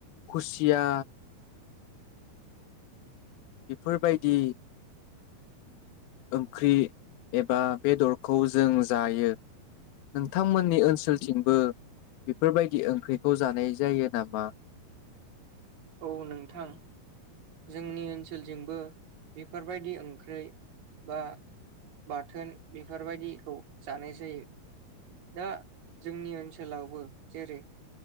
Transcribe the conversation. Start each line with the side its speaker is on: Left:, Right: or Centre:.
Left: खुसिया, बेफोरबायदि ओंख्रि एबा बेदरखौ जों जायो। नोंथांमोननि ओनसोलथिंबो बेफोरबायदि ओंख्रि खौ जानाय जायो नामा?
Right: औ नोंथां। जोंनि ओनसोलजोंबो बेफोरबायदि ओंख्रै बा बाथोन बेफोरबायदिखौ जानाय जायो। दा जोंनि ओनसोलावबो जेरै